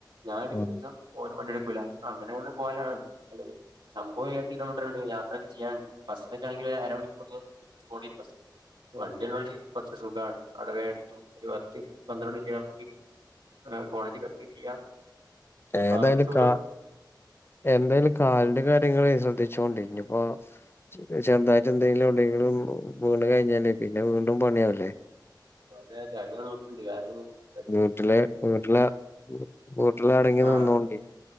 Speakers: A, on the right; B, on the left.
A: ഞാൻ ഇട്ക്ക്ണീസം
B: ഉം
A: ഓന് വണ്ടിട്ക്കൂല അങ്ങനങ്ങനെ പോവാലാണ് നല്ല രീതി സംഭവം ഏയെട്ട് കിലോമീറ്റർണ്ട് യാത്രൊക്കെ ചെയ്യാണ്ട് ബസ്സിലൊക്കാണെങ്കില് അരമണിക്കൂറ് ഇങ്ങനെ കുത്തിപ്പിടിച്ച് പോണ്ടെരും ബസ്സില് വണ്ടിള്ളോണ്ട് കൊർച്ച് സുഖാണ് അവ്‌ടെ വേ എത്തും ഒരു പത്ത് പന്ത്രണ്ട് മിനിറ്റ് നമ്മക്ക് കോളേജ്ക്കെത്തേം ചെയ്യാ
B: ഏതായാലും
A: ആ ഒരു സുഖം
B: കാ എന്തായാലും കാലിന്റെ കാര്യങ്ങള് ശ്രദ്ധിച്ചോണ്ടി ഇഞ്ഞ്പ്പോ ചെർതായിട്ടെന്തെങ്കിലും എവ്ടെങ്കിലും വീണ് കഴിഞ്ഞാല് പിന്നെ വീണ്ടും പണിയാവൂലേ
A: <unintelligible> അതൊക്കെ നോക്ക്ണ്ട് <unintelligible>
B: വീട്ടിലെ വീട്ടിലെ വി വീട്ടില് അടങ്ങി
A: ആഹ്
B: നിന്നോണ്ടി